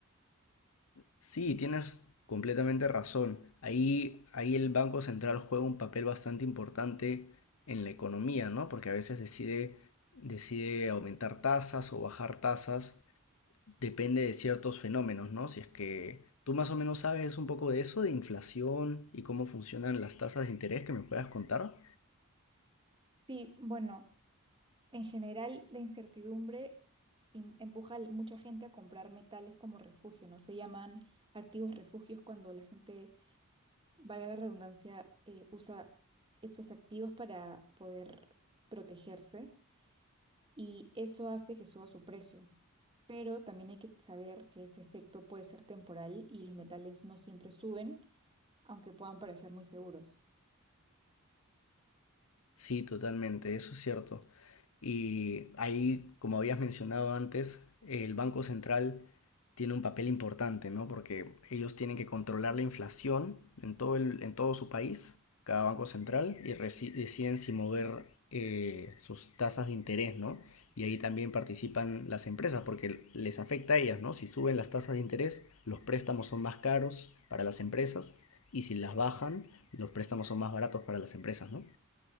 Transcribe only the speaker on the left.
Sí, tienes completamente razón. Ahí, ahí el Banco Central juega un papel bastante importante en la economía, ¿no? Porque a veces decide, decide aumentar tasas o bajar tasas, depende de ciertos fenómenos, ¿no? Si es que tú más o menos sabes un poco de eso, de inflación y cómo funcionan las tasas de interés que me puedas contar.
Sí, totalmente, eso es cierto. Y ahí, como habías mencionado antes, el Banco Central tiene un papel importante, ¿no? Porque ellos tienen que controlar la inflación en todo el, en todo su país, cada banco central, y reci- deciden si mover eh, sus tasas de interés, ¿no? Y ahí también participan las empresas porque les afecta a ellas, ¿no? Si suben las tasas de interés, los préstamos son más caros para las empresas y si las bajan, los préstamos son más baratos para las empresas, ¿no?